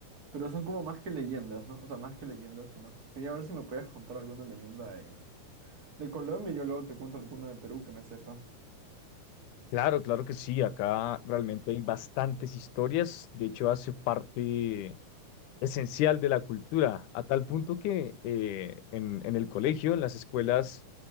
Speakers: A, on the right; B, on the left.
A: pero son como más que leyendas, ¿no? O sea, más que leyendas, sino. Quería ver si me podías contar alguna leyenda de, de Colombia y yo luego te cuento alguna de Perú que me sepa.
B: Claro, claro que sí. Acá realmente hay bastantes historias. De hecho, hace parte esencial de la cultura, a tal punto que eh, en, en el colegio, en las escuelas,